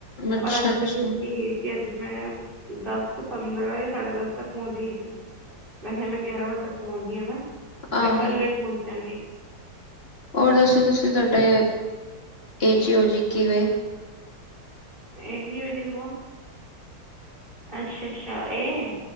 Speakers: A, on the left (about 30°); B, on the right (about 25°).
A: ਅੱਛਾ
B: ਪਰ ਅੱਜ
A: ਅੱਛਾ
B: ਮੈਂ ਜਲਦੀ ਗਈ। ਕਿ ਅੱਜ ਮੈਂ ਦਸ ਪੰਦਰਾਂ ਜਾਂ ਸਾਢੇ ਦਸ ਤੱਕ ਪਹੁੰਚ ਗਈ ਸੀ। ਵੈਸੇ ਮੈਂ ਗਿਆਰਾਂ ਵਜੇ ਤੱਕ ਪਹੁੰਚਦੀ ਆ ਨਾ ਮੈਂ
A: ਆਹੋ
B: ਕੱਲ ਲੇਟ ਪਹੁੰਚਾਗੀ।
A: ਹੋਰ ਦੱਸੋ ਤੁਸੀਂ ਤੁਹਾਡੇ ਏ ਜਓ ਜੀ ਕਿਵੇਂ?
B: ਇਜੀ ਓ ਜੀ ਕੋਣ? ਅੱਛਾ-ਅੱਛਾ, ਇਹ